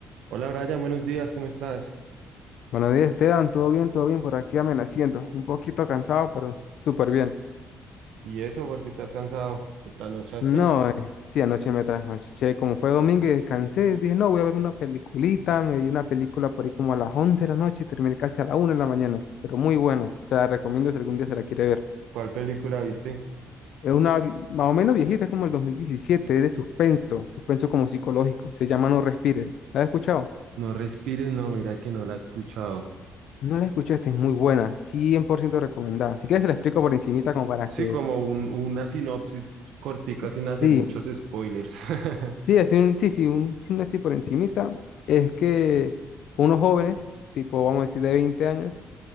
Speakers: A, on the right; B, on the left.
A: Hola Brian, buenos días, ¿cómo estás?
B: Buenos días, Esteban. ¿Todo bien? ¿Todo bien? Por aquí amaneciendo. Un poquito cansado, pero súper bien.
A: ¿Y eso porque estás cansado? ¿Te trasnochaste?
B: No, eh, sí, anoche me trasnoché. Como fue domingo y descansé, dije, no, voy a verme una peliculita. Me vi una película por ahí como a las 11 de la noche y terminé casi a la una de la mañana. Pero muy buena. Se la recomiendo si algún día se la quiere ver.
A: ¿Cuál película viste?
B: Es una vi- más o menos viejita, es como el 2017. es de suspenso. Suspenso como psicológico. Se llama No Respires. ¿La has escuchado?
A: No respires, no, mira que no la he escuchado.
B: No la escuchaste, es muy buena, Cien por ciento recomendada. Si quieres, se la explico por encimita como para
A: Sí,
B: que...
A: como un- una sinopsis cortica sin
B: Sí,
A: hacer muchos spoilers. <laughs>
B: Sí, así un- sí, sí, un signo así por encimita es que unos jóvenes, tipo vamos a decir de 20 años,